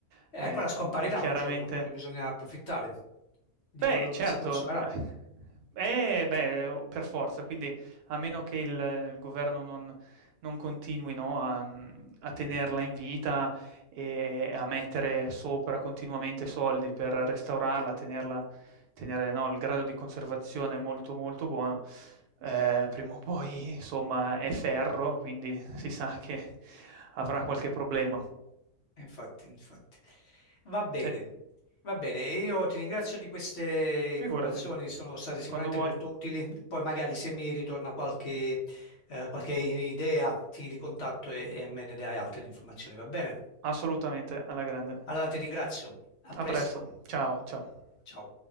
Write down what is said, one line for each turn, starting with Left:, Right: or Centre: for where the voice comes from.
Left: è
Right: è
Left: quella scomparirà
Right: è chiaramente
Left: un giorno, quindi bisogna approfittare. Dicono
Right: Beh, certo.
Left: che si consumerà.
Right: Eh, eh, beh, per forza, quindi a meno che il, il governo non, non continui, no, a, a tenerla in vita e a mettere sopra continuamente soldi per restaurarla, tenerla, tenere, no, il grado di conservazione molto molto buono, eh, prima o poi, insomma, è ferro, quindi si sa che avrà qualche problema.
Left: E Infatti, infatti. Va bene,
Right: Sì,
Left: va bene. Io ti ringrazio di queste
Right: figurati,
Left: informazioni, sono state sicuramente
Right: quando vuoi.
Left: molto utili. Poi magari se mi ritorna qualche, eh, qualche idea, ti ricontatto e, e me ne dai altre informazioni, va bene?
Right: Assolutamente, alla grande.
Left: Allora ti ringrazio. A presto.
Right: A presto, ciao, ciao.
Left: Ciao.